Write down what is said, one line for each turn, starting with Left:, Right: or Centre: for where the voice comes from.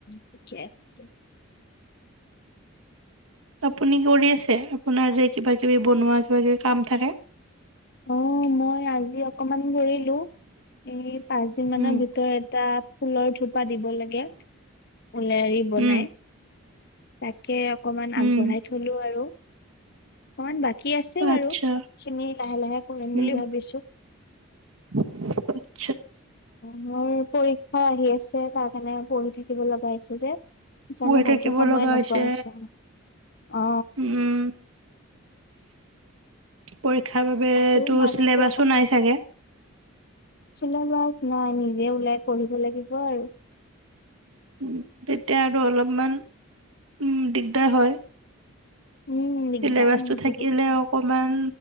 Left: ঠিকেই আছে দিয়ক
Right: আপুনি কৰি আছে, আপোনাৰ যে কিবা কিবি বনোৱা কিবা কিবি কাম থাকে?
Left: অ', মই আজি অকমান বহিলো, এই পাঁচ দিন মানৰ
Right: উম।
Left: ভিতৰত এটা ফুলৰ থোপা দিব লাগে ঊলেৰি বনাই
Right: উম
Left: তাক কে অকনমান
Right: উম
Left: আগবঢ়াই থলো আৰু অকনমান বাকী আছে বাৰু,
Right: আচ্ছা
Left: খিনি লাহে লাহে কৰিম
Right: উম
Left: বুলি ভাবিছো
Right: <inaudible>
Left: মোৰ পৰীক্ষা আহি আছে তাত মানে পঢ়ি থাকিব লগা হৈছে যে সেইকাৰণে
Right: বহি
Left: ভালকে
Right: থাকিব
Left: সময়
Right: লগা
Left: নোপোৱা
Right: হৈছে,
Left: হৈছো অ
Right: উম, উম। পৰীক্ষাৰ বাবেতো
Left: তাকো মাজতে
Right: চিলেবাছো নাই চাগে?
Left: চিলে বাছ নাই, নিজে ওলাই পঢ়িব লাগে। হব আৰু
Right: উম, তেতিয়া আৰু অলপমান, উম দিগদাৰ হয়।
Left: উম দিগদাৰ
Right: চিলেবাচটো
Left: মোৰ
Right: থাকিলে
Left: বহুত
Right: অকমান